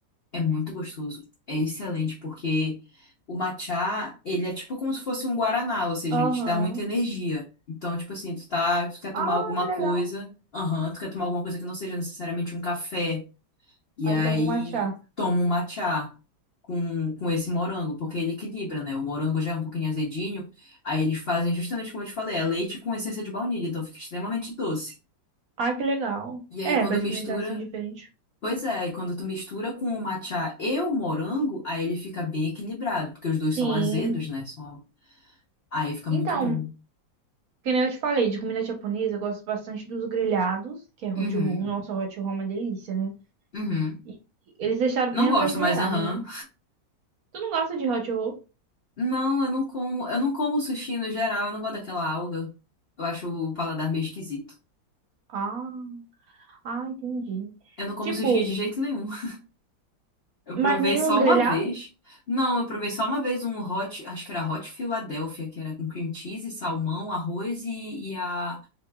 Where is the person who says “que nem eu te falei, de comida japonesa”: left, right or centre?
Right